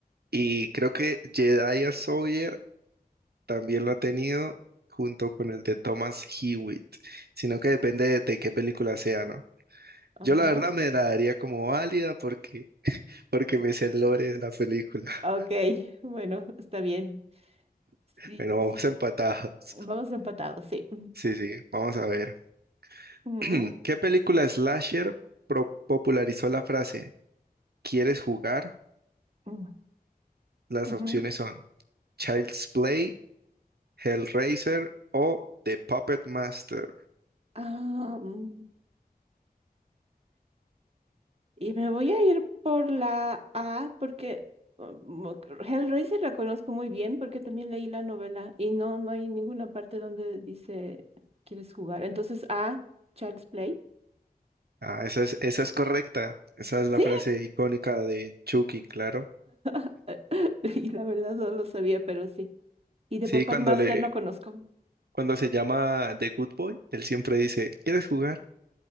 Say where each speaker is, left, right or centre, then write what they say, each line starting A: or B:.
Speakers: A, on the right; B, on the right.
A: Y creo que Jedediah Sawyer también lo ha tenido junto con el de Thomas Hewitt. Sino que depende de, de qué película sea, ¿no?
B: Ajá.
A: Yo la verdad me la daría como válida porque, porque me sé el lore de la película. <laughs>
B: Ok, bueno, está bien. Sí,
A: Bueno, vamos
B: sí,
A: empatados.
B: vamos empatados, sí.
A: Sí, sí, vamos a ver.
B: Ujú,
A: <clears throat> ¿Qué película slasher pro- popularizó la frase ¿Quieres jugar?
B: ujú,
A: Las
B: ujú.
A: opciones son Child's Play, Hellraiser o The Puppet Master.
B: Ah, mm. Y me voy a ir por la A porque um, Hellraiser la conozco muy bien porque también leí la novela y no, no hay ninguna parte donde dice quieres jugar. Entonces A, Child's Play.
A: Ah, esa es, esa es correcta. Esa es la
B: Sí,
A: frase icónica de Chucky, claro.
B: <laughs> y la verdad no lo sabía, pero sí. Y de
A: Sí,
B: Puppet
A: cuando
B: Master
A: le,
B: no conozco.
A: cuando se llama The Good Boy, él siempre dice, ¿quieres jugar?